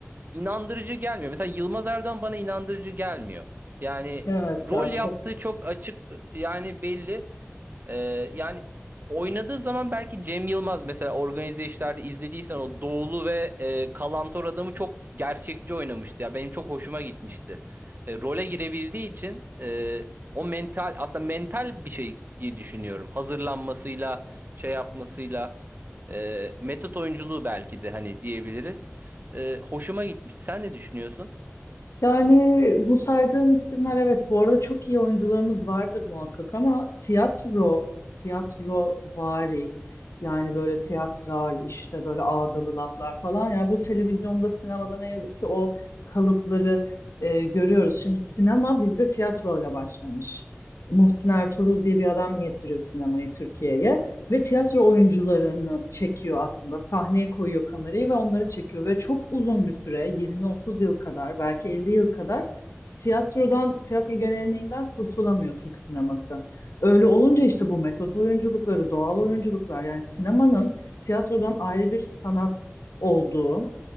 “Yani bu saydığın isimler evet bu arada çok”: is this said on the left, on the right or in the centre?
Left